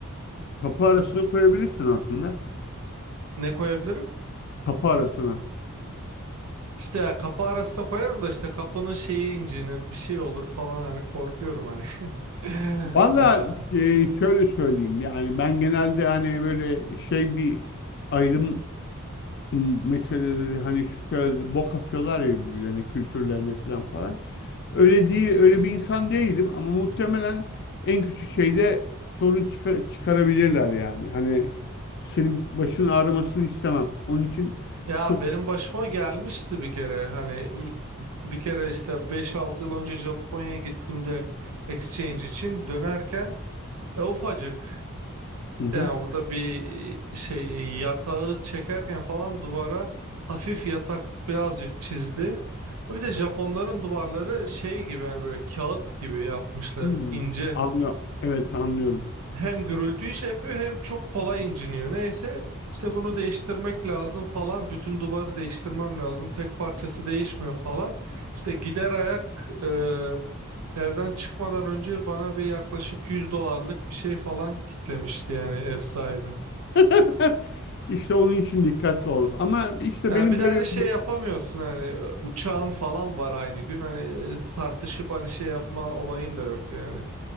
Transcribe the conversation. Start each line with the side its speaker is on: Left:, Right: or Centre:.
Left: Kapı arasına koyabilirsin aslında.
Right: Ne koyabilirim?
Left: Kapı arasına.
Right: İşte ya kapı arasına koyarım da işte kapının şeyi incinir bir şey olur falan hani korkuyorum hani. <laughs>
Left: Valla
Right: Ha.
Left: e, şöyle söyleyeyim yani ben genelde hani böyle şey bir ayrım m, meseleleri hani şu şöyle bok atıyorlar ya birbirlerine kültürlerine falan falan. Öyle değil öyle bir insan değilim ama muhtemelen en küçük şeyde sorun çıka- çıkarabilirler yani. Hani senin başın ağrımasını istemem. Onun için
Right: Ya
Left: çok
Right: benim başıma gelmişti bir kere hani ü- bir kere işte beş altı yıl önce Japonya'ya gittim de exchange için dönerken e, ufacık
Left: hı hı.
Right: yani burada bir e, şey yatağı çekerken falan duvara hafif yatak birazcık çizdi. Bir de Japonların duvarları şey gibi yani böyle kağıt gibi yapmışlar
Left: Hmm.
Right: ince.
Left: Anlıyorum. Evet anlıyorum.
Right: hem gürültüyü şey yapıyor hem çok kolay inciniyor. Neyse işte bunu değiştirmek lazım falan. Bütün duvarı değiştirmem lazım. Tek parçası değişmiyor falan. İşte gider ayak e, evden çıkmadan önce bana bir yaklaşık 100 dolarlık bir şey falan kitlemişti yani ev sahibi.
Left: <laughs> İşte onun için dikkatli ol. Ama işte
Right: Ya
Left: benim
Right: bir
Left: böyle
Right: de hani şey yapamıyorsun hani uçağın falan var aynı gün hani tartışıp hani şey yapma olayın da yok yani.